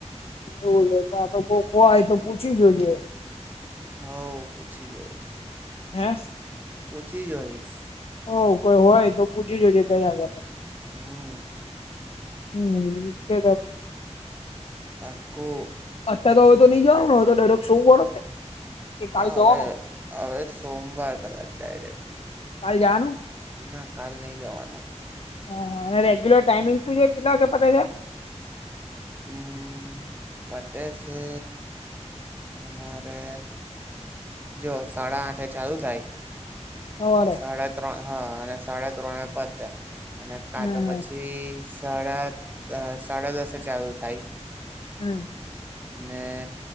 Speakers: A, on the left; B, on the right.
A: બોલો આ તો કો આયે તો પૂછી જોયે
B: હોવ પૂછી જોઈશ
A: હે
B: પૂછી જોઈશ
A: હોવ કોઈ હોય તો પૂછી જોજે ત્ય આગળ
B: હમ્મ
A: હમ્મ <unintelligible> હે
B: પાક્કો
A: અત્ય્યારે તો હવે તો ની જવાનું ને હવે તો ડાયરેક્ટ સોમવાર ને કે
B: ના
A: કાલે જવાનું
B: હવે હવે સોમવાર કદાચ ડાયરેક્ટ
A: કાલ જવાનુ
B: ના કાલ ની જવાનું
A: હા અને રેગ્યુલર ટાઈમિંગ પિરિયડ કેટલા વાગે પતે છે
B: હમ્મ પતે છે અમારે જો સાડા આઠ ચાલુ થાય
A: સવારે
B: સાડા ત્રણ હા અને સાડા ત્રણે પતે અને કા
A: હમ
B: તો પછી સાડા સાડા દસે ચાલુ થાય
A: હમ્મ
B: ને